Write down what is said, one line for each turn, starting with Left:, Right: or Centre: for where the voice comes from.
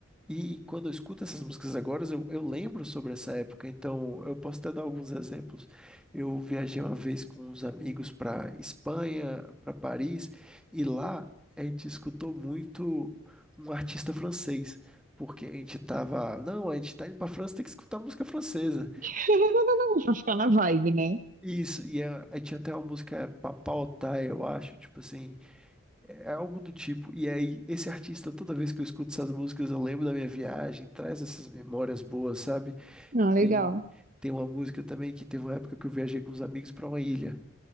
Centre: E quando eu escuto essas músicas agora, eu, eu lembro sobre essa época, então eu posso até dar alguns exemplos. Eu viajei uma vez com uns amigos para Espanha, para Paris, e lá a gente escutou muito um artista francês, porque a gente tava, não, a gente tá indo para França, tem que escutar música francesa.
Right: <laughs> Pra ficar na vibe, né?
Centre: Isso, e a, aí tinha até uma música Papautai, eu acho, tipo assim, é é algo do tipo. E aí, esse artista, toda vez que eu escuto essas músicas, eu lembro da minha viagem, traz essas memórias boas, sabe?
Right: Ah, legal.
Centre: Tem, tem uma música também que teve uma época que eu viajei com os amigos para uma ilha.